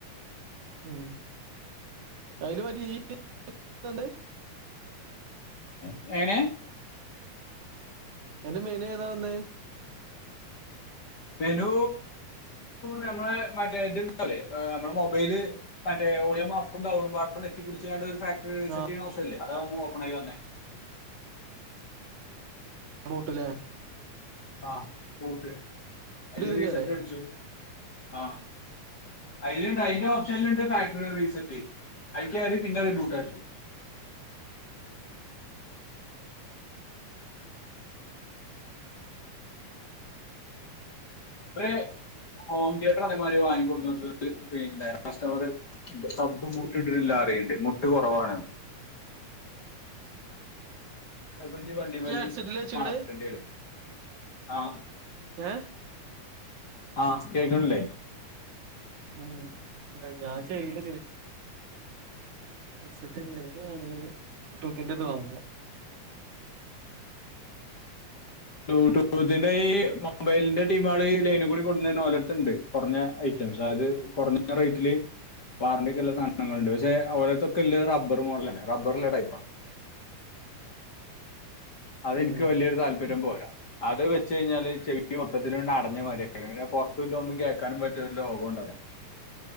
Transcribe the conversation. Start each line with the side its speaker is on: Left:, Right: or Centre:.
Right: ഉം അയില് മറ്റേ ഈ ഇതുണ്ട്
Left: എങ്ങനെയാ
Right: എന്റെ മെയിൻ ഏതാ വന്നേ
Left: മെനു നമ്മള് മറ്റേ ഇതുണ്ടാവില്ലേ നമ്മടെ മൊബൈല് മറ്റേ ഓഡിയോ ഞെക്കി കുടിച്ചാണ്ട് <unintelligible> ഫാക്ടറി റീസെറ്റ്
Right: ആ
Left: ചെയ്യണ ഓപ്ഷൻ ഇല്ലേ അതാവും ഓപ്പൺ ആയി വന്നേ
Right: ബൂട്ടിലേ
Left: ആ ബൂട്ട് അതില്
Right: ചെയ്തല്ലേ
Left: റീസെറ്റ് അടിച്ചു ആ അതിലുണ്ട് അതിന്റെ ഓപ്ഷനിലുണ്ട് ഫാക്ടറി റീസെറ്റ് അതിൽ കേറി പിന്നെ റീബൂട്ട് അടിക്കും ഒരേ ഹോം തിയേറ്റർ അതേമാതിരി വാങ്ങിക്കൊണ്ട് വന്നിട്ട് പിന്നെ കസ്റ്റമറ് സബും ബൂട്ടും ഇട്ടിട്ടില്ല പറയുണ്ട് മുട്ട് കുറവാണ് അപ്പം ഇനി വണ്ടി വലി
Right: ഹെഡ്സെറ്റില് വെച്ചിക്കണ്
Left: മാറ്റേണ്ടി വരും ആ
Right: ഏ
Left: ആ കേൾക്ക്‌ണ്ല്ലേ?
Right: ഉം ഞാൻ ചെയിൻ <unintelligible> ല്ല നല്ലത് ബ്ലൂടൂത്തിന്റെ ഇത് വാങ്ങ
Left: ബ്ലൂട്ടൂത്തിന്റെ ഈ മൊബൈൽന്റെ ടീമാള് ഈ ലൈന്ക്കൂടി കൊട്ന്നെർന്നോലട്ത്ത്ണ്ട് കുറഞ്ഞ ഐറ്റംസ് അതായത് കുറഞ്ഞ റേറ്റില് വാറണ്ടിക്ക്ല്ല സാധനങ്ങളുണ്ട് പക്ഷെ ഓലട്ത്തൊക്കെല്ലെ റബ്ബർ മോഡലാണ് റബ്ബർല്ല ടൈപ്പാ അതെനിക്ക്
Right: ഉം.
Left: വല്ല്യോരു താല്പര്യം പോര അത് വെച്ച് കഴിഞ്ഞാല് ചെവി മൊത്തത്തില് ഒരു അടഞ്ഞ മാരി അങ്ങനെ പുറത്തൂല്ല ഒന്നും കേക്കാനും പറ്റൂല്ല ഒരു ലോകോംണ്ടാ വൂല